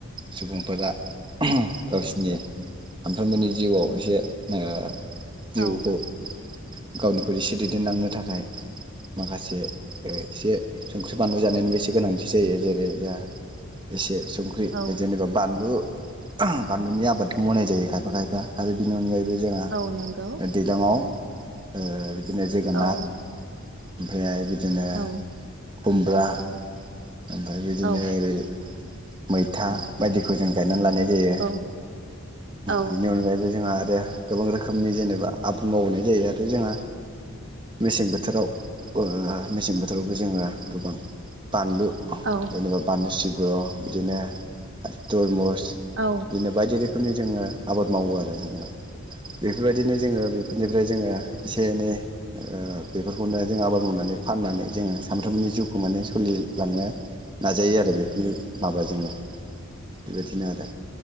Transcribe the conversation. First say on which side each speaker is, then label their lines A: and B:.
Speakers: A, on the right; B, on the right.
A: सुबुंफोरा गावसिनि सामफ्रामबोनि जिउआव एसे ओ जिउखौ
B: औ
A: गावनिखौ एसे दैदेनलांनो थाखाय माखासे दे एसे संख्रि बानलु जानायनिबो एसे गोनांथि जायो जेरै दा एसे संख्रि
B: औ
A: जेनबा बानलु बानलुनि आबाद मावनाय जायो खायफा खायफा आरो बिनि अनगायै बे जोंहा
B: औ नंगौ
A: दैलाङाव ओ बिदिनो जोगोनाथ
B: औ
A: ओमफाय बिदिनो
B: औ
A: खुम ब्रा ओमफाय बिदिनो
B: औ
A: ओरै मैथा बायदिखौ जों गायनानै लानाय जायो।
B: औ औ
A: बेनि अनगायैबो जोंहा दे गोबां रोखोमनि जेनेबा आबाद मावनाय जायो आरो जोंहा मेसें बोथोराव ओ मेसें बोथोरावबो जोंङो गोबां बानलु
B: औ
A: जेनेबा बानलु सिब्र' बिदिनो तरमुस
B: औ
A: बिदिनो बायदि रो खोमनि जोंङो आबाद मावो आरो जेनेबा बेफोरबायदिनो जोंङो बेफोरनि ओमफ्राय जोंङो इसे एनै ओ बेफोरखौनो जों आबाद मावनानै फाननानै जोंङो सानफ्रोमबोनि जिउखौ माने सोलिलांनो नाजायो आरो बेफोरनि माबाजोंनो, बेबायदिनो आरो